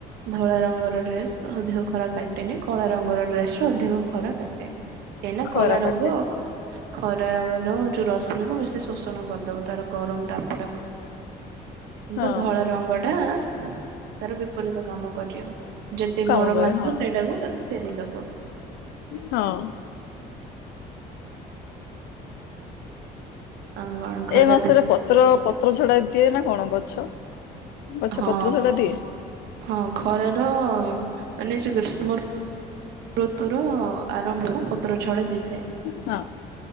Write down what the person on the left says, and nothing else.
ଖରା
କାଟେ
ହଁ
କାମ
କରେ
ହଁ।
ହଁ।
ଏ ମାସରେ
ପତ୍ର ପତ୍ର ଝଡା ଦିଏ ନା କଣ ଗଛ, ଗଛ
ପତ୍ର ଝଡା ଦିଏ?
ହଁ